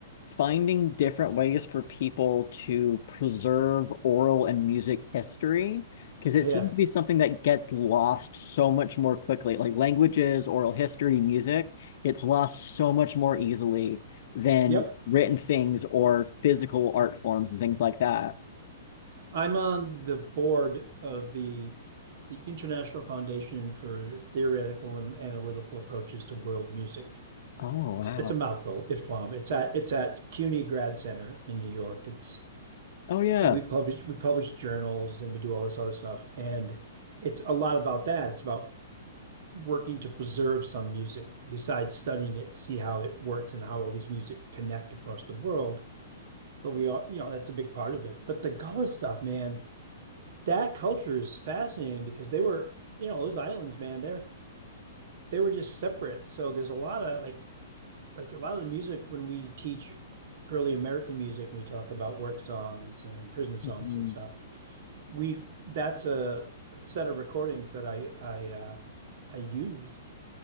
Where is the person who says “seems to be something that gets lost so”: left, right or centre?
Left